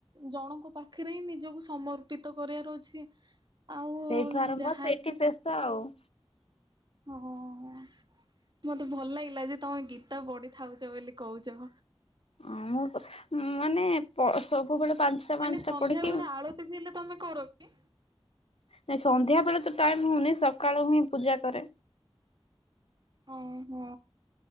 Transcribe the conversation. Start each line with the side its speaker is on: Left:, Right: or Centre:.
Right: ଜଣଙ୍କ ପାଖରେ ହିଁ ନିଜକୁ ସମର୍ପିତ କରିଆର ଅଛି। ଆଉ
Left: ସେଇଠୁ ଆରମ୍ଭ
Right: ଯାହାହେଲେ
Left: ସେଇଠି ଶେଷ ଆଉ।
Right: ହଁ, ମତେ ଭଲ ଲାଗିଲା ଯେ ତମେ ଗୀତା ପଢିଥାଉଛ ବୋଲି କହୁଛ।
Left: ଅ ମୁଁ ମାନେ ସବୁବେଳେ ପାଞ୍ଚଟା ପାଞ୍ଚଟା
Right: ମାନେ ସନ୍ଧ୍ୟା
Left: ପଢିକି
Right: ବେଳେ ଆଳତି ବି ହେଲେ ତମେ କର କି?
Left: ନାଇଁ ସନ୍ଧ୍ୟା ବେଳେ ତ ଟାଇମ ହଉନି ସକାଳୁ ହିଁ ପୂଜା କରେ।
Right: ଓହୋ।